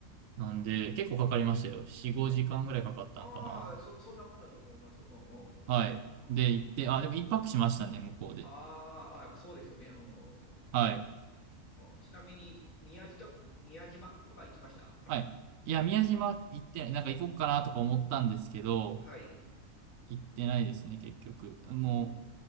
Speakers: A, on the right; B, on the left.
A: なんで、結構かかりましたよ。4、5時間ぐらいかかったのかな。
B: ああ、そ、そんなもんだと思います。うんうん
A: はい。
B: うん、
A: で、行って、あ、でも一泊しましたね、向こうで。
B: あーあ、やっぱそうですよね。うんうん、
A: はい。
B: ちなみに宮島と、宮島とか行きました
A: はい。いや、宮島行ってない、なんか行こうかなとか思ったんですけど、
B: はい。
A: 行ってないですね、結局。
B: うん
A: も